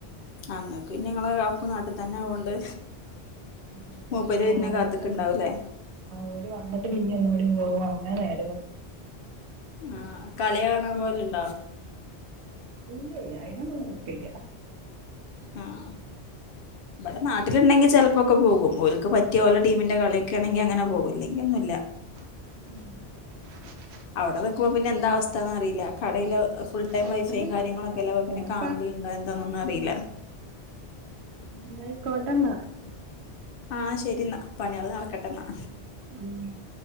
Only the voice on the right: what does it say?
ആ അപ്പ
പിന്നെ
ഓരത്
ഓര് വന്നിട്ട് പിന്നിം ഒന്ന്‌ <unintelligible> <unintelligible> അങ്ങനെ <unintelligible>
ഇല്ലല്ല അയിതിനൊന്നും നോക്കില്ല
ഉം
ഫോണില്
കാണല്ല ഫോണ്
നാ അയ്കോട്ടന്നാ
ഉം